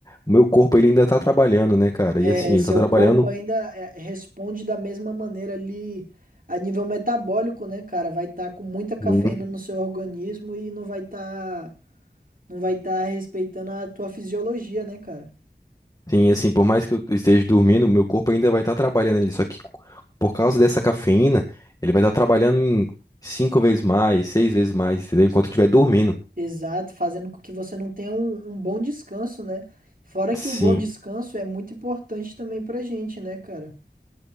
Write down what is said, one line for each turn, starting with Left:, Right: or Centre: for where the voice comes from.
Left: o meu corpo ele ainda tá trabalhando, né, cara?
Right: É,
Left: E assim, ele
Right: seu
Left: tá trabalhando.
Right: corpo ainda é, responde da mesma maneira ali a nível metabólico, né, cara? Vai estar com muita cafeína
Left: Sim,
Right: no seu organismo e não vai estar não vai estar respeitando a tua fisiologia, né, cara?
Left: Sim, assim, por mais que eu esteja dormindo, o meu corpo ainda vai estar trabalhando ali. Só que por causa dessa cafeína, ele vai estar trabalhando em cinco vezes mais, seis vezes mais, entendeu? Enquanto eu estiver dormindo.
Right: Exato, fazendo com que você não tenha um, um bom descanso, né? Fora
Left: Sim.
Right: que o bom descanso é muito importante também pra gente, né, cara?